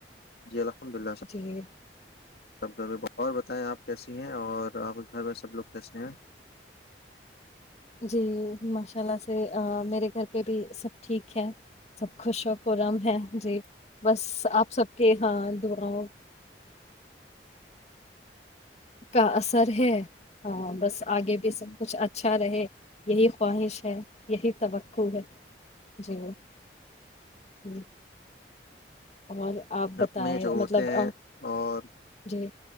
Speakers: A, on the left; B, on the left.
A: جی الحمد للہ
B: جی
A: سب اور بتائیں آپ کیسی ہیں اور آپ کے گھر میں سب لوگ کیسے ہیں
B: جی ماشاء اللہ سے میرے گھر پہ بھی سب ٹھیک ہے سب خوش و ق رم ہے جی بس آپ سب کہ ہاں دوراؤ کا اثر ہے ہاں
A: جی جی
B: بس آگے بھی
A: ہوں،
B: سب کچھ اچھا رہے یہی خواہش ہے یہی توقع خ جی <inaudible> اور آپ بتائیں
A: اپنے جو ہوتے
B: مطلب
A: ہیں اور
B: جی